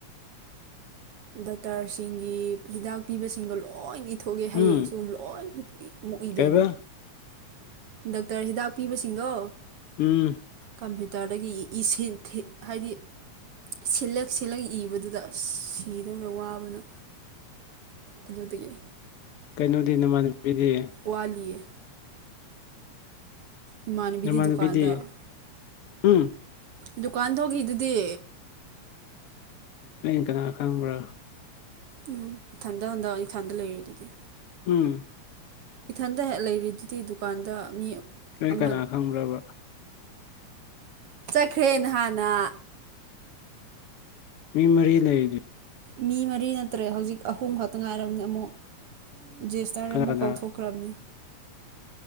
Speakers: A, on the right; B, on the left.
A: ꯗꯣꯛꯇꯔꯁꯤꯡꯒꯤ ꯍꯤꯗꯥꯛ ꯄꯤꯕꯁꯤꯡꯗꯣ ꯂꯣꯏꯅ ꯏꯊꯣꯛꯑꯦ ꯍꯌꯦꯡꯁꯨ
B: ꯎꯝ
A: ꯂꯣꯏꯅꯃꯛ ꯑꯃꯨꯛ ꯏꯗꯣꯏꯅꯤ
B: ꯀꯩꯕ
A: ꯗꯥꯛꯇꯔ ꯍꯤꯗꯥꯛ ꯄꯤꯕꯁꯤꯡꯗꯣ
B: ꯎꯝ
A: ꯀꯝꯄ꯭ꯌꯨꯇꯔꯗꯒꯤ ꯑꯦꯁꯦꯟ ꯊꯤꯠ ꯍꯥꯏꯗꯤ ꯁꯤꯂꯒ ꯁꯤꯂꯒ ꯏꯕꯗꯨꯗ ꯁꯤꯗꯧꯔ ꯋꯥꯕꯅ ꯑꯗꯨꯗꯒꯤ
B: ꯀꯩꯅꯣꯗꯤ ꯅꯃꯥꯟꯅꯕꯤꯗꯤ
A: ꯋꯥꯂꯤꯌꯦ ꯏꯃꯥꯟꯅꯕꯤꯗꯤ
B: ꯅꯥꯝꯅꯥꯕꯤꯗꯤ
A: ꯗꯨꯀꯥꯟꯗ
B: ꯎꯝ
A: ꯗꯨꯀꯥꯟ ꯊꯣꯛꯈꯤꯗꯨꯗꯤ
B: ꯑꯩ ꯀꯅꯥ ꯈꯪꯕ꯭ꯔꯥ
A: ꯎꯝ ꯏꯊꯟꯗ ꯍꯟꯗ ꯏꯊꯟꯗ ꯂꯩꯔꯦꯗꯨꯗꯤ
B: ꯎꯝ
A: ꯏꯊꯟꯗ ꯍꯦꯛ ꯂꯩꯔꯤꯗꯨꯗꯤ ꯗꯨꯀꯥꯟꯗ ꯃꯤ
B: ꯅꯣꯏ
A: ꯑꯃ
B: ꯀꯅꯥ ꯈꯪꯕ꯭ꯔꯕ
A: ꯆꯠꯈ꯭ꯔꯦ ꯅꯍꯥꯟꯅ
B: ꯃꯤ ꯃꯔꯤ ꯂꯩꯗꯨ
A: ꯃꯤ ꯃꯔꯤ ꯅꯠꯇ꯭ꯔꯦ ꯍꯧꯖꯤꯛ ꯑꯍꯨꯝ ꯈꯛꯇ ꯉꯥꯏꯔꯕꯅꯤ ꯑꯃꯨꯛ ꯖꯦꯁꯇꯔ
B: ꯀꯅꯥ
A: ꯑꯃꯨꯛ
B: ꯀꯅꯥ
A: ꯀꯥꯎꯊꯣꯛ ꯀꯝꯅꯤ